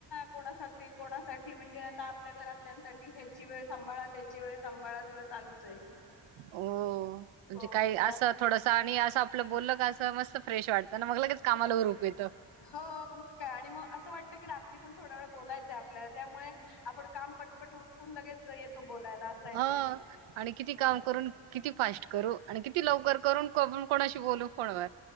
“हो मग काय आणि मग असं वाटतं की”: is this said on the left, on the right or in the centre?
Left